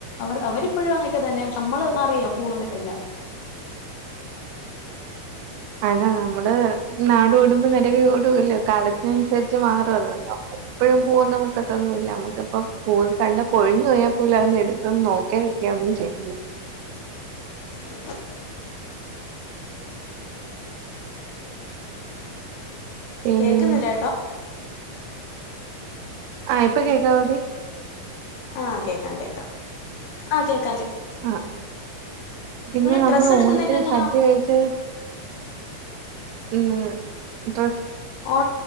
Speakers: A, on the left; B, on the right.
A: അവർ അവരിപ്പോഴും അങ്ങനെയൊക്കെ തന്നെ നമ്മൾ അറിയാം പൂവ് ഒന്നും വെക്കില്ല.
B: അല്ല നമ്മൾ നാട് ഓടുമ്പോ നടുവ ഓടല്ലോ കാലത്തിനനുസരിച്ച് മാറും അതുകൊണ്ട് എപ്പോഴും പൂവൊന്നും വെക്കത്തൊന്നുമല്ല നമ്മുക്കിപ്പോ പൂവ് കണ്ട കൊഴിഞ്ഞു പോയാൽ പോലും അതൊന്ന് എടുത്തെന്ന് നോക്കിയ വെക്ക ഒന്നും ചെയ്യല്ല
A: <inaudible>
B: പിന്നെ
A: കേൾക്കുന്നില്ലേട്ടോ
B: ആ ഇപ്പൊ കേൾക്കാ നോക്കേ
A: ആ കേൾക്കാം കേൾക്കാം ആ കേൾക്ക
B: ആ പിന്നെ
A: നിങ്ങള്
B: നമ്മൾ
A: ഡ്രസ്സ്
B: ഓണത്തിന്
A: എടുക്കുന്നതൊക്കെ എങ്ങനെ
B: സദ്യ കഴിച്ച് ഉം ഡ്രസ്
A: ഓ